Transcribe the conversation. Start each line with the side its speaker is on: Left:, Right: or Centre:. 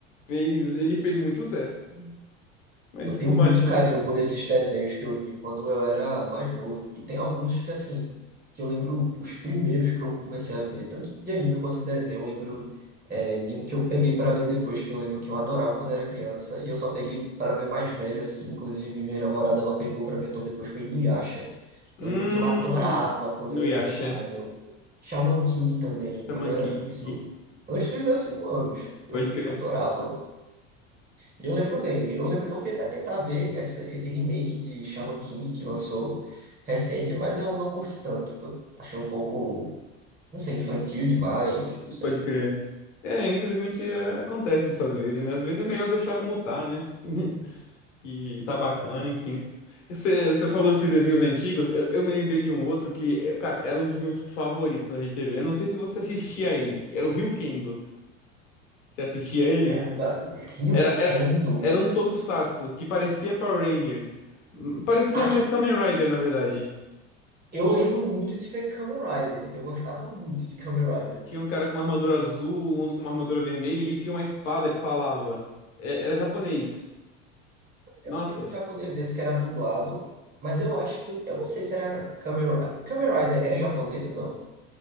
Left: fez, ele fez muito sucesso. Mas
Right: Eu tenho
Left: como
Right: muito
Left: a gente.
Right: carinho por esses desenhos que eu vi quando eu era mais novo. E tem alguns que, assim, que eu lembro os primeiros que eu comecei a ver, tanto de anime quanto de desenho. Eu lembro, é, de um que eu peguei para ver depois, que eu lembro que eu adorava quando era criança. E eu só peguei para ver mais velho, assim. Inclusive, minha namorada, ela pegou para ver todo depois, foi Inuyasha.
Left: Hum,
Right: Eu lembro que eu adorava quando
Left: Inuyasha,
Right: eu era pirralho. Shaman King também,
Left: Shaman
Right: quando eu era...
Left: King,
Right: Isso antes dos meus cinco anos. Eu
Left: pode crer,
Right: adorava. Eu lembro bem, eu lembro que eu fui até tentar ver essa, esse remake de Shaman King que lançou recente, mas eu não curti tanto. Eu achei um pouco, não sei, infantil demais, não sei.
Left: pode crer. É, infelizmente é, acontece isso às vezes, né? Às vezes é melhor deixar como tá, né? <laughs> Que tá bacana, enfim. Você, você falou desses desenhos antigos, eu, eu me lembrei de um outro que, eh, cara, era um dos meus favoritos da Rede RedeTV. Eu não sei se você assistia a ele, que era o Ryukendo. Você assistia a ele?
Right: Caramba, Ryu
Left: Era,
Right: Kendo.
Left: era, era um tokusatsu que parecia Power Rangers. Hum, Parecia
Right: Ah,
Left: mais Kamen Rider, na verdade.
Right: eu lembro muito de ver Kamen Rider. Eu gostava muito de Kamen Rider.
Left: Tinha um cara com uma armadura azul, um outro com uma armadura vermelha, ele tinha uma espada que falava. É, era japonês.
Right: Eu
Left: Nossa,
Right: vi um japonês desse que era dublado, mas eu acho que eu, eu não sei se era Kamen Rider. Kamen Rider é japonês ou não?